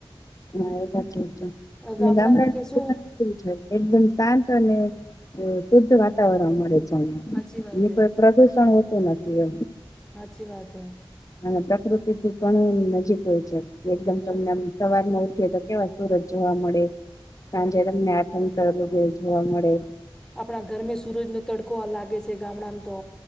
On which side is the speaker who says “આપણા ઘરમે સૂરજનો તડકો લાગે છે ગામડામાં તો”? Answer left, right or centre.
Centre